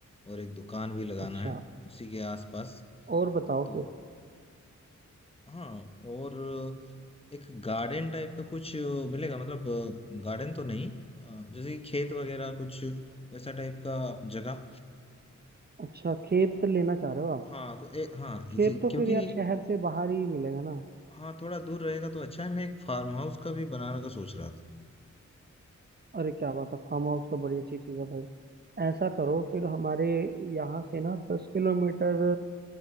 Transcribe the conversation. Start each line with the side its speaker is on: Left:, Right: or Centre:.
Left: और एक दुकान भी लगाना
Right: अच्छा
Left: है उसी के आसपास
Right: और बताओ
Left: तो
Right: फिर
Left: हाँ और एक गार्डन टाइप का कुछ मिलेगा मतलब गार्डन तो नहीं अ, जैसे कि खेत वगैरह कुछ वैसा टाइप का जगह
Right: अच्छा खेत लेना चाह रहे हो आप
Left: हाँ तो एक हाँ
Right: खेत
Left: इसी
Right: तो
Left: क्योंकि
Right: फिर यार शहर से बाहर ही मिलेगा ना
Left: हाँ थोड़ा दूर रहेगा तो अच्छा है मैं एक फार्म हाउस का भी बनाने का सोच रहा था
Right: अरे क्या बात है फार्म हाउस तो बड़ी अच्छी चीज़ है भाई ऐसा करो फिर हमारे यहाँ से ना दस किलोमीटर